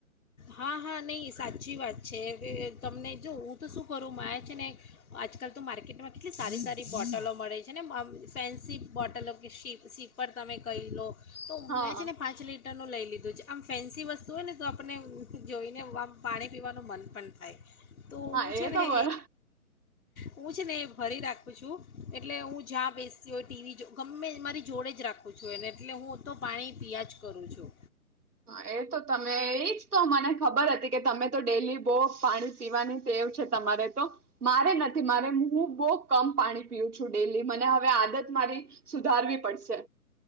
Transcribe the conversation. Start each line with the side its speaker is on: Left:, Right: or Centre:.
Left: હા હા નહીં સાચી વાત છે તમને જો હું તો શું કરું મા આવે છે ને આજકાલ તો માર્કેટમાં કેટલી સારી સારી બોટલો મળે છે ને ફેન્સી બોટલો કે સી સીપર તમે કહી લો તો
Right: હા
Left: મેં છે ને પાંચ લીટરનું લઈ લીધું. આમ ફેન્સી વસ્તુ હોય ને તો આપણે જોઈને વા પાણી પીવાનું મન પણ થાય તો
Right: હા
Left: હું છે
Right: એ
Left: ને
Right: તો બર
Left: હું છે ને એ ભરી રાખું છું, એટલે હું જ્યાં બેસતી હોય ટીવી જો ગમે મારી જોડે જ રાખું છું, એને એટલે હું તો પાણી પિયાં જ કરું છું.
Right: હા એ તો તમે એ જ તો મને ખબર હતી કે તમે તો ડેલી બો પાણી પીવાની તેવું છે તમારે તો મારે ન થી મારે હું બહુ કમ પાણી પીઉ છું ડેલી મને આપ હવે આદત મારી સુધારવી પડશે.